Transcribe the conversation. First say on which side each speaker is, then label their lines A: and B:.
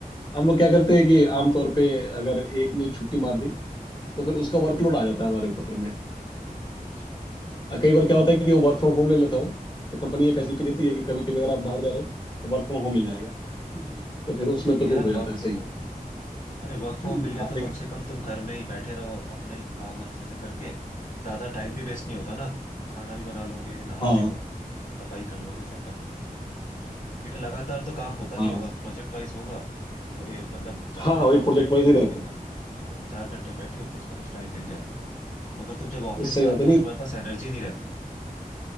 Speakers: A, on the left; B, on the left.
A: हम लोग क्या करते हैं कि आमतौर पे अगर एक ने छुट्टी मार दी तो
B: हाँ
A: फिर उसका वर्कलोड आ जाता है हमारे ऊपर में
B: अच्छा
A: अ, कई बार
B: तब
A: क्या होता
B: तो
A: है कि
B: यार
A: वो वर्क फ्रॉम होम ले लेता हो तो कंपनी ये फैसिलिटी
B: हाँ
A: देती है कि कभी कभी अगर आप बाहर जा रहे हो तो वर्क फ्रॉम होम मिल जाएगा तो फिर
B: तब
A: उसमें
B: तो सही
A: तो
B: है
A: फिर
B: यार
A: हो
B: वर्क
A: जाता है सही
B: फ्रॉम होम अरे वर्क फ्रॉम होम
A: हाँ
B: मिल गया तो
A: लेकिन
B: कम से कम तुम घर में ही बैठे रहो अपना ही काम अच्छे से करके ज्यादा टाइम भी वेस्ट नहीं होता ना खाना भी बना लोगे नहा
A: हाँ
B: भी लोगे सफाई कर लोगे सब कर लोगे क्योंकि लगातार तो काम होता
A: हाँ
B: नहीं होगा प्रोजेक्ट वाइज होगा तो ये मतलब चार
A: हाँ हाँ,
B: घंटे
A: वही प्रोजेक्ट
B: तुम बैठे
A: वाइज
B: हो
A: ही रहता
B: उसके
A: है
B: बाद हाँ चार घंटे बैठे हो कुछ ना कुछ टाइम मिल जाता है मगर तुम जब ऑफिस
A: तो सही
B: से आते
A: बात है नहीं
B: हो तुम्हारे पास एनर्जी नहीं रहती